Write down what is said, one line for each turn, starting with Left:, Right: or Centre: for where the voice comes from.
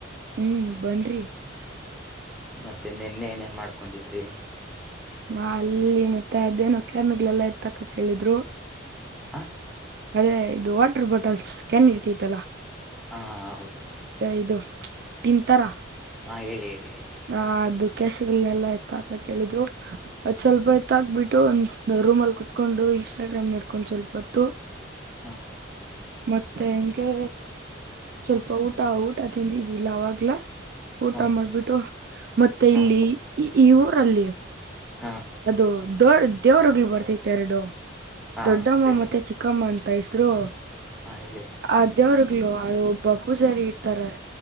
Right: ಹ್ಮಞ ಬನ್್ರರಿ
Centre: ಮತ್ತೆ ನಿೆನ್ನೆ ಏನೇನ್ ಮಾಡ್ಕೊಂಡಿದ್ರಿ
Right: ಹಾ ಅಲ್ಲಿ ಮತ್ತೆ ಅದೇನ ಕರ್ನಗಳಲ್ಲಾ ಇರ್ತಕ ಕೇಳಿದ್ರು
Centre: ಹಾ
Right: ಅದೇ ಇದು ವಾಟರ್ ಬಾಟಲ್ಸ್ ಕೆ್ಯಾನ್ ಇರ್ತಿತ್ತಲ್ಲಾ
Centre: ಹಾ ಹೌದು
Right: ಐದು ತಿಂತಾರಾ
Centre: ಹಾ ಹೇಳಿ ಹೇಳಿ ಹೇಳಿ
Right: ಹ ಅದು ಕೆಸಗಳನೆಲ್ಲ ಆಯ್ತು ಆಕ ಕೇಳಿದ್ರು ಸ್ವಲ್ಪ ಗತ್ತಾಕ್ಬಿಟ್ಟು ಒಂದು ರೂಮ್ ಅಲ್ಲಿ ಕುೂತ್ಕೊಂಡು ಇನ್ಸ್ಟಾಗ್ರಾಮ್ ನಡ್ಕೊಂಡ್ ಸ್ವಲ್ಪ ಹೊತ್ತು
Centre: ಹಾ
Right: ಮತ್ತೆ ಹೆಂಗೆ ಸ್ವಲ್ಪ ಊಟ ಊಟ ತಿಂದಿದಿಲ್ಲ ಅವವಾಗ್ಲ ಊಟ
Centre: ಹಾ
Right: ಮಾಡ್ಬಿಟ್ಟು ಮತ್ತೆ
Centre: ಹಾ
Right: ಇಲ್ಲಿ
Centre: ಹಾ
Right: ಈ ಊರಲ್ಲಿ
Centre: ಹಾ
Right: ಅದು ದೊ ದೇವ್ರಗ್ಳ ಬರ್ತತೆ ಎರಡು
Centre: ಹಾ
Right: ದೊಡ್ಡಮ್ಮ
Centre: ಹೇಳಿ
Right: ಮತ್ತೆ ಚಿಕ್ಕ ಕಮ್ಮ ಅಂತ ಹೆಸರು
Centre: ಹಾ ಹೇಳಿ
Right: ಅದೇವರ್ಗ್ಲು ಅದು ಒಬ್ಬ ಪೂಜಾರಿ ಇರ್ತಾರೆ